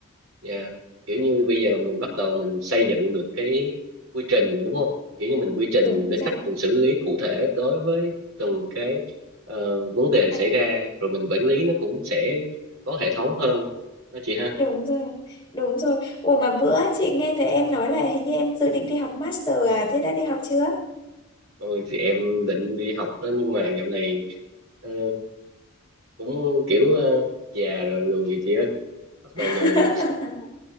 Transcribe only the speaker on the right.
dạ kiểu như bây giờ mình bắt đầu mình xây dựng được cái quy trình rồi đúng không kiểu như mình quy trình
mình cái
cách mình xử lý cụ thể đối với từng cái ờ, vấn đề
xảy ra rồi mình quản lý nó cũng sẽ có hệ thống hơn đó chị ha
rồi thì em định đi học đó nhưng mà dạo này ờ, cũng kiểu ờ, già rồi lười chị ơi bắt đầu
lười rồi